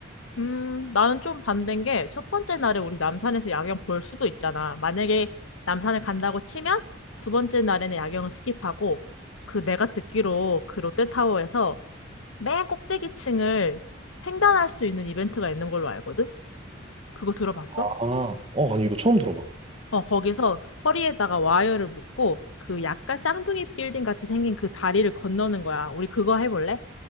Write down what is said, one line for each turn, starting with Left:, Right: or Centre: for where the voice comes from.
Left: 음, 나는 좀 반대인 게 첫 번째 날에 우리 남산에서 야경 볼 수도 있잖아. 만약에 남산을 간다고 치면 두 번째 날에는 야경을 스킵하고 그 내가 듣기로 그 롯데타워에서 맨 꼭대기 층을 횡단할 수 있는 이벤트가 있는 걸로 알거든? 그거 들어봤어?
Right: 아, 어, 아니 이거 처음 들어봐.
Left: 어, 거기서 허리에다가 와이어를 묶고 그 약간 쌍둥이 빌딩 같이 생긴 그 다리를 건너는 거야. 우리 그거 해볼래?